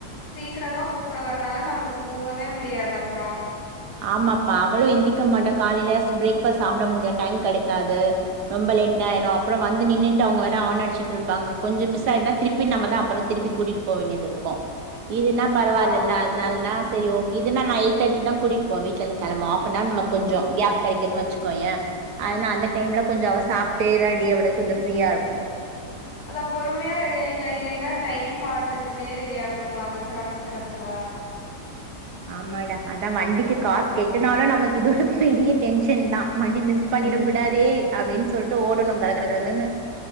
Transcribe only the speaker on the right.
ஆமாப்பா அவளும் எந்திக்க மாட்டா காலைல பிரேக் ஃபாஸ்ட் சாப்ட முடியாது டைம் கிடைக்காது ரொம்ப லேட்யிரும் அப்புறம் வந்து நின்னுட்டு அவங்க வர ஆன அடிச்சுட்டு இருப்பாங்க கொஞ்ச மிஸ் ஆயிருந்தா திருப்பி நம்ம தான் அப்புறம் திருப்பி கூட்டிட்டு போ வேண்டியது இருக்கும் இதுன்னா பரவாயில்லல்ல
அதனால தான் சரி ஓகே இது நா நா எயிட் தேர்ட்டி க்கு தான் கூட்டிட்டு இப்போ வீட்ல இருந்து கிளம்பு ஹாஃப் அன் ஹவர் முன்ன கொஞ்சம் கேப் கிடைக்குது வச்சுகோயே அதனா அந்த டைம்ல கொஞ்சம் அவன் சாப்பிட்டே றாண்டியா அவளுக்கு கொஞ்சம் ஃப்ரீயா இருக்கும்
ஆமாட அதான் வண்டிக்கு காசு கேட்டுனாலும் நமக்கு இது ஒரு பெரிய டென்ஷன் தான் வண்டி மிஸ் பண்ணிடக்
கூடாதே
அப்டின்னு சொல்லிட்டு ஓடணும் கர கட கட கட ன்னு